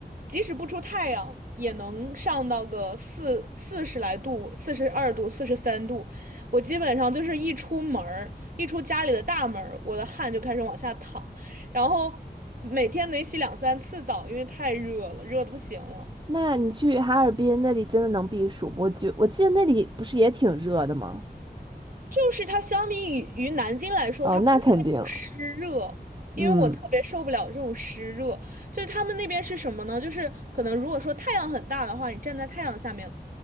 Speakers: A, on the right (about 55°); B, on the right (about 25°).
A: 即使不出太阳也能上到个四四十来度、四十二度、四十三度。我基本上就是一出门儿，一出家里的大门儿，我的汗就开始往下淌，然后每天得洗两三次澡，因为太热了，热的不行了。
B: 那你去哈尔滨那里真的能避暑吗？我觉我记得那里不是也挺热的吗？
A: 就是它相比于于南京来说，
B: 哦，
A: 它不是那种湿热，
B: 那肯定。
A: 因为我特别受不了这种湿热。
B: 嗯
A: 就是他们那边是什么呢？就是可能如果说太阳很大的话，你站在太阳下面，